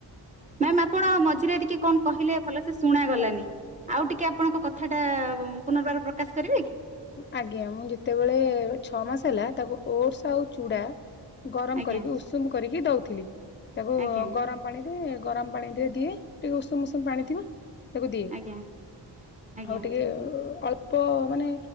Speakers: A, on the right; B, on the left.
A: ମ୍ୟାାମ ଆପଣ ମଝିରେ ଟିକେ କଣ କହିଲେ ଭଲ ସେ ଶୁଣାଗଲାନି। ଆଉ ଟିକେ ଆପଣଙ୍କ କଥାଟା ପୁନର୍ବାର ପ୍ରକାଶ କରିବେ କି?
B: ଆଜ୍ଞା ମୁଁ ଯେତେବେଳେ ଛଅ ମାସ ହେଲା ତାକୁ ଓଡସ ଆଉ ଚୁଡା ଗରମ
A: ଆଜ୍ଞା
B: କରିକି ଉଷୁମ କରିକି ଦଉଥିଲି ତାକୁ
A: ଆଜ୍ଞା
B: ଗରମ ପାଣିରେ ଗରମ ପାଣିରେ ଦିଏ ଟିକେ ଉଷୁମ୍ ଉଷୁମ୍ ପାଣି ଥିବ - ତାକୁ ଦିଏ
A: ଆଜ୍ଞା ଆଜ୍ଞା
B: ଆଉ ଟିକେ ଅଳ୍ପ ମାନେ